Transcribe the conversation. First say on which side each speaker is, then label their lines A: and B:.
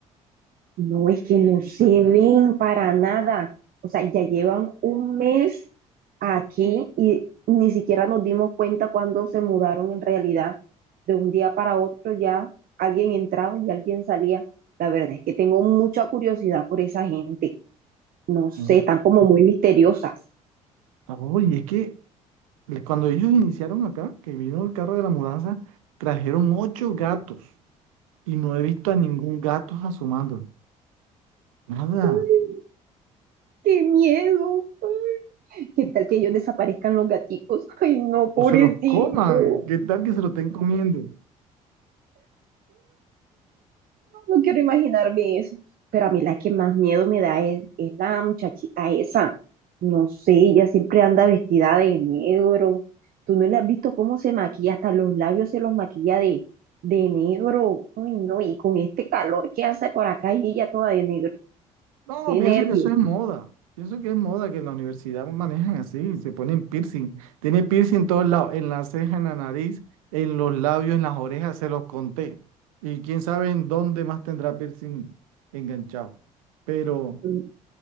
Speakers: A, on the right; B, on the right.
A: No es que no se ven para nada. O sea, ya llevan un mes aquí y ni siquiera nos dimos cuenta cuando se mudaron en realidad. De un día para otro ya alguien entraba y alguien salía. La verdad es que tengo mucha curiosidad por esa gente. No sé,
B: No.
A: están como muy misteriosas.
B: Oye, es que le- cuando ellos iniciaron acá, que vino el carro de la mudanza, trajeron ocho gatos y no he visto a ningún gato asomando. Nada.
A: Ay, qué miedo. ¿Qué tal que ellos desaparezcan los gaticos? Ay, no, pobrecito.
B: O se los coman. ¿Qué tal que se lo estén comiendo?
A: No quiero imaginarme eso. Pero a mí la que más miedo me da es, es la muchachita esa. No sé, ella siempre anda vestida de negro. Tú no le has visto cómo se maquilla, hasta los labios se los maquilla de, de negro. Uy, no, y con este calor que hace por acá y ella toda de negro.
B: No,
A: Qué
B: pienso
A: nervio.
B: que eso es moda. Pienso que es moda que en la universidad manejan así, se ponen piercing. Tiene piercing en todos lados, en la ceja, en la nariz, en los labios, en las orejas, se los conté. Y quién sabe en dónde más tendrá piercing enganchado. Pero,
A: Mm,